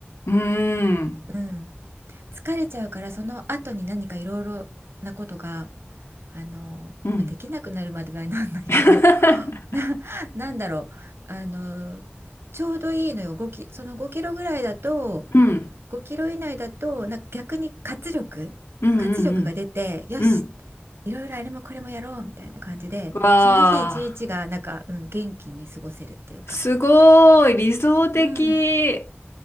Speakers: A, on the left; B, on the right.
A: うん。うーん、
B: うん。疲れちゃうから、その後に何かいろいろなことが、あの、
A: うん。
B: まあ、できなくなるまではなんないけど、
A: <laughs>
B: <laughs> な、なんだろう。あの、ちょうどいいのよ。5キ、その5キロぐらいだと、
A: うん、
B: 5キロ以内だとなんか逆に活力活力が出てよし
A: <laughs> うん、うん、うん。うん
B: いろいろあれもこれもやろうみたいな感じでその日一日がなんか、
A: わあ、
B: うん、元気に過ごせるっていうか、
A: すごい理想的。
B: うん、